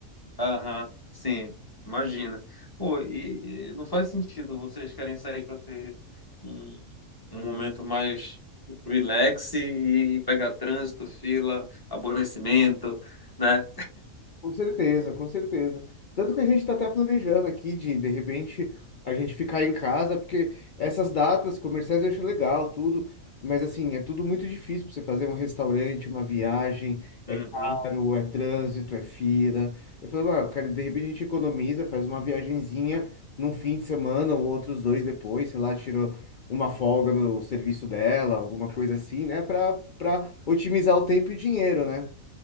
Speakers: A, on the left; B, on the left.
A: Aham, sim, imagina. Pô, e, e não faz sentido vocês querem sair para ter um, um momento mais relax e pegar trânsito, fila, aborrecimento, né?
B: Com certeza, com certeza. Tanto que a gente está até planejando aqui de, de repente, a gente ficar em casa, porque essas datas comerciais eu acho legal, tudo, mas assim, é tudo muito difícil para você fazer um restaurante, uma viagem, é
A: Uhum.
B: caro, é trânsito, é fila. Eu falo, ah, cara, de repente a gente economiza, faz uma viagenzinha num fim de semana ou outros dois depois, sei lá, tira uma folga no serviço dela, alguma coisa assim, né, para para otimizar o tempo e o dinheiro, né?